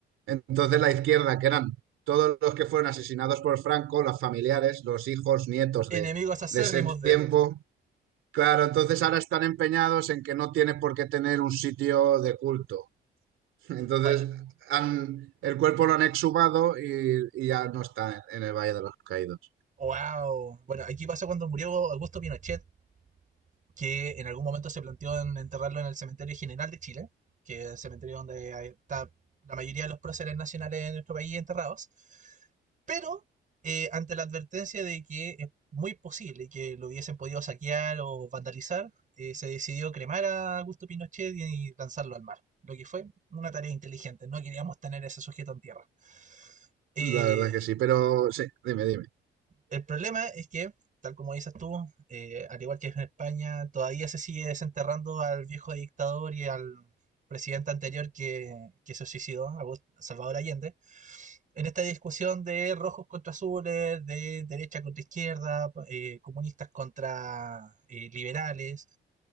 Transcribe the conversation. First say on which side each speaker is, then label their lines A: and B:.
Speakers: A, on the right (about 85°); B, on the right (about 40°).
A: entonces la izquierda, que eran todos los que fueron asesinados por Franco, los familiares, los hijos, nietos
B: enemigos
A: de,
B: acérrimos
A: de ese
B: de.
A: tiempo, claro, entonces ahora están empeñados en que no tiene por qué tener un sitio de culto entonces,
B: Bueno,
A: han- el cuerpo lo han exhumado y, y ya no está en, el Valle de los Caídos.
B: Wow. Bueno, aquí pasó cuando murió Augusto Pinochet, que en algún momento se planteó en enterrarlo en el Cementerio General de Chile, que es el cementerio donde hay- está la mayoría de los próceres nacionales de nuestro país enterrados. Pero eh, ante la advertencia de que es muy posible que lo hubiesen podido saquear o vandalizar, eh, se decidió cremar a Augusto Pinochet y lanzarlo al mar. Lo que fue una tarea inteligente, no queríamos tener a ese sujeto en tierra. Eh,
A: La verdad que sí, pero sí, dime, dime.
B: El problema es que, tal como dices tú, eh, al igual que en España, todavía se sigue desenterrando al viejo dictador y al presidente anterior que, que se suicidó, Salvador Allende, en esta discusión de rojos contra azules, de derecha contra izquierda, eh, comunistas contra eh, liberales,